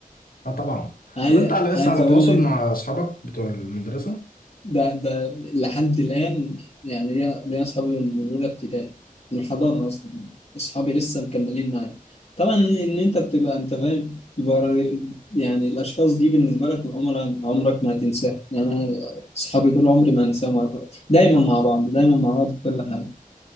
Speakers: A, on the left; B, on the left.
A: اه طبعا
B: عايز
A: طب انت على لسه
B: عايز
A: على
B: أقول
A: تواصل
B: لك
A: مع اصحابك بتوع المدرسة
B: ده ده لحد الآن يعني ليا ليا أصحابي من أولى ابتدائي من الحضانة أصلا يعني أصحابي لسه مكملين معايا طبعا إن أنت بتبقى أنت فاهم برا- يعني الأشخاص دي بالنسبة لك من عمرك عمرك ما هتنساها يعني أنا أصحابي دول عمري ما أنساهم دايما مع بعض دايما مع بعض في كل حاجة